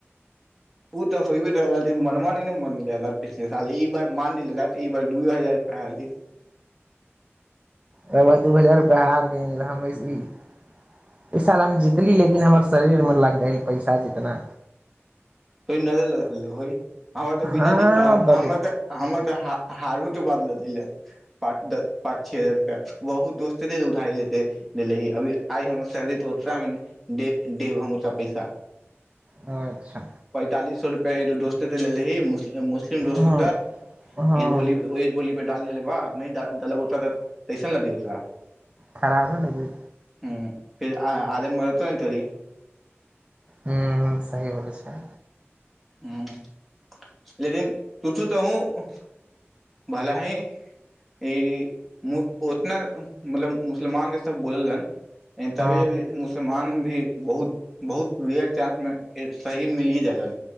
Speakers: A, in the centre; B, on the right.
A: ओ तऽ होे रहल लेकिन मनमानी नहि मन पिछले साल ई बार मान लेलत ई बार दूए हजार रुपा हली
B: ओकराद दू हजार रुपैआ हारि गेल हम अस एहि साल हम जीतली लेकिन हमर शरीरमे लागि गेल पैसा जितना
A: कोई नजर लगा देने होय हमर तऽ
B: हँ
A: बिना द
B: बड
A: हमर तऽ हमर तऽ हारउ बाद दल जात पाँच द पाँच छओ हजार रुपआ वहु दोस्तेे उधारी लेेे अभी आइ हमर सैलरी त ओत मे दे देब हम ओरा पैसा
B: हँ अच्छा
A: पैंतालि सए रुपआ एो्तेऽ दोस्त सँ लेलेही मु मुस्लिम दोस्त
B: हँ
A: कें साथ
B: हँ
A: एग बोली एग बोली डाल देले बाप नहि डालब होता हेय चल न देियौ तोरा
B: खाराबे न गेल
A: हुँ फेर आरे मरत ने तरी
B: हुँ सही बोलै छै
A: हुँ लेकिन तूछु तऽ हू भला ही ई उतना मतलब मुसलमान के सब बोललन तभी
B: ह
A: अभी मुसलमान भी बहुत बहुत रेयर चान्समे सही मिलिय जालन